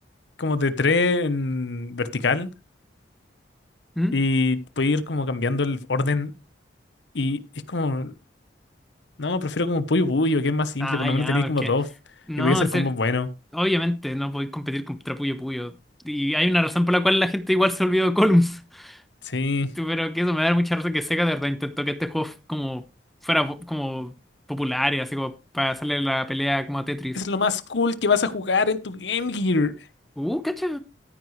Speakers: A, on the left; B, in the centre.
A: como de tres en vertical
B: ¿Mm?
A: y puede ir como cambiando el orden y es como, no, prefiero como Puyo Puyo, que es más simple,
B: Ah,
A: por lo
B: ya,
A: menos tenéis
B: porque...
A: como buff
B: No,
A: y voy a hacer
B: en serio,
A: combos buenos.
B: obviamente no podéis competir contra Puyo Puyo. Y hay una razón por la cual la gente igual se olvidó de Columns.
A: Sí,
B: Pero que eso me da mucha risa que Sega de verdad intentó que este juego f- como fuera po- como popular y así como para hacerle la pelea como a Tetris.
A: es lo más cool que vas a jugar en tu Game Gear.
B: Uh, cacha.